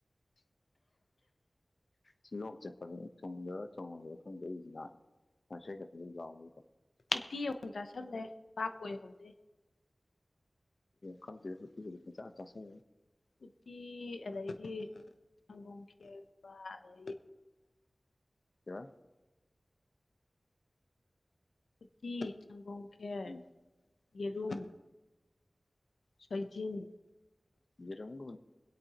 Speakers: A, on the left; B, on the left.
A: ꯁꯤꯂꯣꯛ ꯆꯠꯄꯅꯦ ꯊꯨꯡꯗꯒ ꯊꯣꯡꯉꯁꯤ ꯊꯨꯡꯗꯏꯁꯤꯅ ꯉꯁꯩ ꯆꯛꯄꯗ ꯌꯥꯎꯕꯣꯏꯀꯣ
B: ꯎꯇꯤ ꯑꯃꯨꯛ ꯆꯥꯁꯜꯂꯦ ꯥꯞ ꯑꯣꯏꯍꯧꯗꯦ
A: ꯀꯪꯇ ꯆ ꯆ
B: ꯎꯇꯤ ꯑꯗꯩꯗꯤ ꯒꯨꯝꯈꯦꯔꯂꯨ
A: <inaudible>
B: ꯎꯇꯤ ꯈꯦꯔ
A: ꯎꯝ
B: ꯌꯦꯔꯨꯝ ꯁꯣꯏꯖꯤꯡ
A: ꯏꯔꯒ